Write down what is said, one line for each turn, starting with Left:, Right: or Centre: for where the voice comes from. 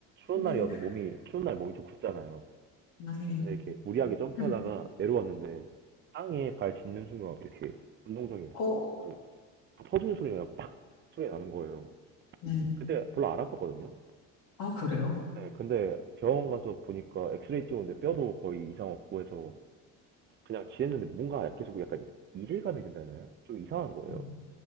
Right: 추운
Left: 음,
Right: 날이어서 몸이 추운 날 몸이 좀 굳잖아요.
Left: 네.
Right: 근데 이렇게 무리하게 점프하다가
Left: 음,
Right: 내려왔는데 땅에 발 짚는 순간 이렇게 운동장이
Left: 어,
Right: 그 터지는 소리가 팍 소리 나는 거예요.
Left: 네.
Right: 그때 별로 안 아팠거든요.
Left: 아, 그래요?
Right: 네, 근데 병원 가서 보니까 엑스레이 찍었는데 뼈도 거의 이상 없고 해서 그냥 지냈는데 뭔가 계속 약간 이질감이 든다나요? 좀 이상한 거예요.
Left: 음.